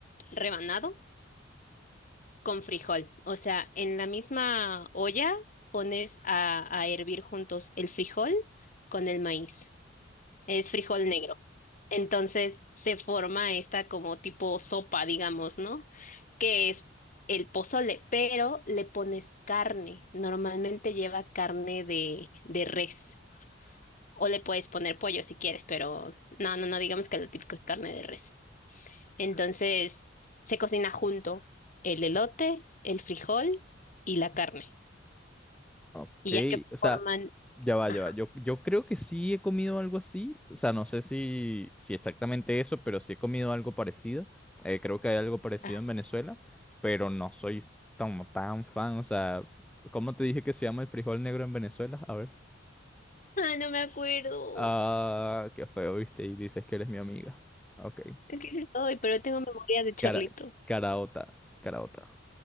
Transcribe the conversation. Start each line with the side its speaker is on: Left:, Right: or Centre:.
Left: rebanado con frijol. O sea, en la misma olla pones a, a hervir juntos el frijol con el maíz. es frijol negro. Entonces se forma esta como tipo sopa, digamos, ¿no? Que es el pozole, pero le pones carne. Normalmente lleva carne de, de res. O le puedes poner pollo si quieres, pero no, no, no, digamos que lo típico es carne de res. Entonces se cocina junto el elote, el frijol y la carne.
Centre: Ok,
Left: Y ya que
Centre: o sea.
Left: forman...
Centre: Ya va,
Left: Ajá.
Centre: ya va. Yo, yo creo que sí he comido algo así. O sea, no sé si, si exactamente eso, pero sí he comido algo parecido. Eh, creo que hay algo parecido
Left: <laughs>
Centre: en Venezuela, pero no soy como tan fan. O sea, ¿cómo te dije que se llama el frijol negro en Venezuela? A ver.
Left: No me acuerdo.
Centre: Ah, qué feo, viste, y dices que eres mi amiga. Ok.
Left: Es que hoy, pero tengo memoria de chorlito.
Centre: Cara, caraota, caraota.